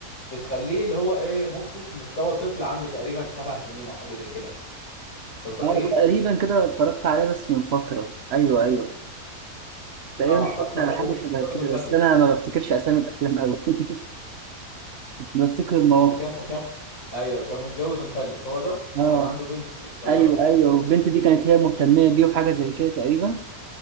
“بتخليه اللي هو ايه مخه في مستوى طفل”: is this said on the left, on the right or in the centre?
Left